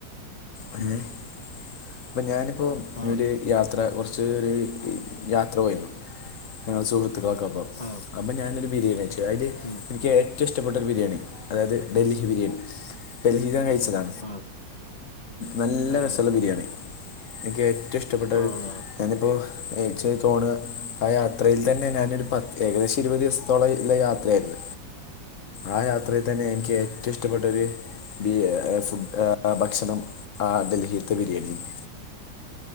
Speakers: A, on the left (about 55°); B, on the left (about 70°).
A: എഹ്
B: ഉം
A: അപ്പൊ ഞാനിപ്പോ എന്നോട്
B: ആഹ്
A: യാത്ര കൊർച്ച്‌ ഒര് യാത്ര പോയിന്നു ഞങ്ങള് സുഹൃത്ത്ക്ക്ളക്കെ ഒപ്പം
B: ആഹ്
A: അപ്പ ഞാനൊരു ബിരിയാണി വെച്ചു അയ്ല്
B: ഉം
A: എനിക്ക് ഏറ്റം ഇഷ്ട്ടപ്പെട്ട ഒര് ബിരിയാണി അതായത് ഡൽഹി ബിരിയാണി ഡൽഹിന്ന് ഞാൻ കയ്ച്ചതാ
B: ആഹ്
A: നല്ല
B: അതെ
A: രസള്ള
B: അതെ
A: ബിരിയാണി എൻക്ക് ഏ റ്റ ഇഷ്ട്ടപ്പെട്ടത്
B: ആഹ് ആഹ്
A: ഞാനിപ്പോ ഏച്ച് തോണ ആ യാത്രയിൽ തന്നെ ഞാനൊരു പാ ഏകദേശം ഇര്പത് ദിവസത്തോളംള്ള യാത്രയായിര്ന്ന് ആ യത്രേതന്നെ എനിക്ക് ഏറ്റവും ഇഷ്ട്ടപ്പെട്ട ഒര് ബി ഫുഡ് ഭക്ഷണം ആ ഡൽഹിത്തെ ബിരിയാണിര്ന്നു